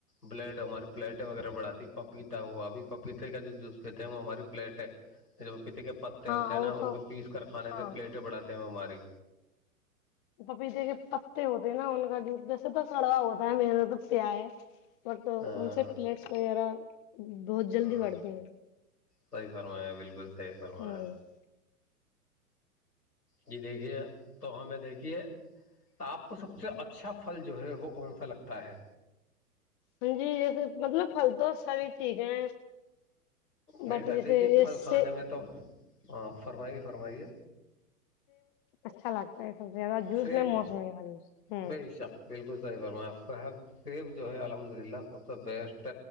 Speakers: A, on the left (about 75°); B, on the left (about 35°).
A: بلڈ ہماری پلیٹیں وغیرہ بڑھاتی پپیتا ہو ابھی پپیتے کا جوس دیتے ہیں وہ ہماری پلیٹ ہے جو پپیتے کے پتے ہوتے
B: ہاں
A: ہیں نا
B: وہ
A: ان
B: تو
A: کو پیس کر کھانے
B: ہاں
A: سے پلیٹیں بڑھاتے ہیں ہماری
B: پپیتے کے پتے ہوتے ہیں نا ان کا جوس جیسے تو کڑوا ہوتا ہے من تو پیا ہے بت
A: ہاں
B: ان سے پلیٹس وغیرہ بہت جلدی
A: ہاں
B: وڑتے ہیں
A: صحیح فرمایا بالکل صحیح فرمایا
B: ہ <unintelligible>
A: جی دیکھیے تو ہمیں دیکھیے آپ کو سب سے اچھا اچھا پھل جو ہے وہ کون سا لگتا ہے
B: ہاں جی جیسے مطلب فھلدسا بھی ٹھیک ہے
A: د
B: بٹ
A: سکتے
B: جیسے
A: کہ
B: یہ
A: پھل
B: سے
A: کھانے میں تو ہاں فرمائی گی فرمائیے
B: اچھا لگتا ہے سب سے زیادہ جوس
A: سیب
B: میں موسمی والس ہ
A: بے شک بالکل صحیح فرما صاحب سیب جو ہے الحمد للہ سب سے بیسٹ